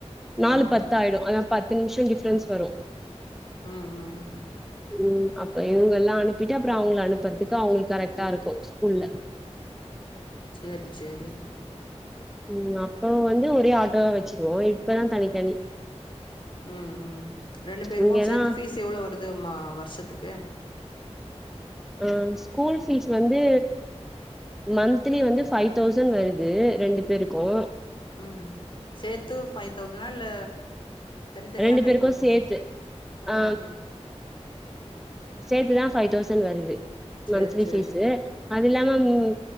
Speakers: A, in the centre; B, on the left (about 45°).
A: நாலு
B: ஓ
A: பத்தாயிடும் ஆ பத்து நிமிஷம் டிஃப்பரன்ஸ் வரும்
B: ம் ம்
A: ம் அப்ப இவுங்க எல்லாம் அனுப்பிட்டு அப்புறம் அவுங்கம அனுப்புறதுக்கு அவுங்களுக்கு கரெக்ட்டா இருக்கும் ஸ்கூல்ல
B: செரி செரி
A: ம் ஆ ம் வந்து ஒரே ஆட்டோவ வச் செரி ஓ இப்பதான் தனித்தனி
B: ம் ம் ரெண்டு பேருக்கும்
A: இங்கெல்லா
B: சேர்த்து ஃபீஸ் எவ்வளரவு வருது மா வருஷத்துக்கு
A: ஆ ஸ்கூல் ஃபீஸ் வந்து மன்த்திலி வந்து ஃபைவ் தௌசண்ட் வருது ரெண்டு பேருக்கும்
B: ம் சேர்த்து ஃபைவ் தௌசண்னா இல்ல தனித்தனியா
A: ரெண்டு
B: ஃபைவ்
A: பேருக்கும்
B: தௌசண்
A: சேர்த்து
B: ம்
A: ஆ
B: ம்
A: சேர்த்துதான் ஃபைவ் தௌசண்ட் வருது
B: சேரி
A: மந்த்லி
B: சேரி
A: பீஸ்ஸு அது இல்லாம ம்